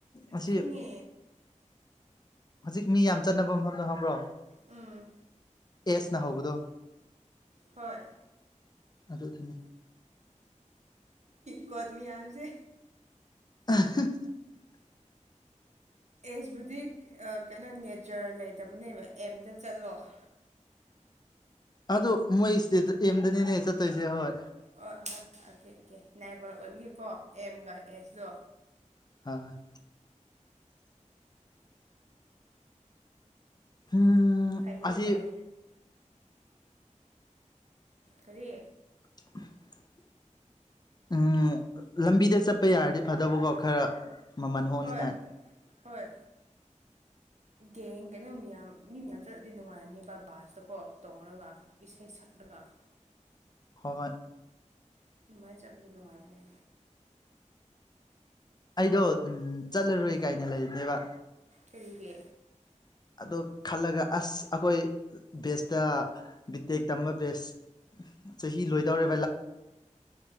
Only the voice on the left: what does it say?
ꯑꯁꯤ
ꯍꯧꯖꯤꯛ ꯃꯤ ꯌꯥꯝ ꯆꯠꯅꯕ ꯃꯐꯝꯗ ꯈꯪꯕ꯭ꯔꯣ
ꯑꯦꯁꯅ ꯍꯧꯕꯗꯣ
ꯑꯗꯨ ꯑꯗꯨꯅꯤ
<unintelligible>
ꯑꯗꯣ ꯃꯣꯏꯁꯤꯗꯗ ꯑꯦꯝꯗꯅꯦꯅꯦ ꯆꯠꯇꯣꯏꯁꯦ ꯍꯣꯏ
ꯑ ꯎꯝ
ꯑꯁꯤ
<inaudible> ꯎꯝ ꯂꯝꯕꯤꯗ ꯆꯠꯄ ꯌꯥꯔꯗꯤ ꯐꯗꯧꯕꯀꯣ ꯈꯔ ꯃꯃꯜ ꯍꯣꯡꯅꯤꯡꯉꯥꯏ
ꯍꯍꯣꯏ
ꯑꯩꯗꯣ ꯎꯝ ꯆꯠꯂꯔꯣꯏ ꯀꯥꯏꯅ ꯂꯩꯕꯅꯦꯕ
ꯑꯗꯣ ꯈꯟꯂꯒ ꯑꯁ ꯑꯩꯈꯣꯢ ꯕꯦꯁ ꯇꯥ ꯕꯤꯇꯦꯛ ꯇꯝꯕ ꯕꯦꯁ ꯆꯍꯤ ꯂꯣꯏꯗꯧꯔꯦ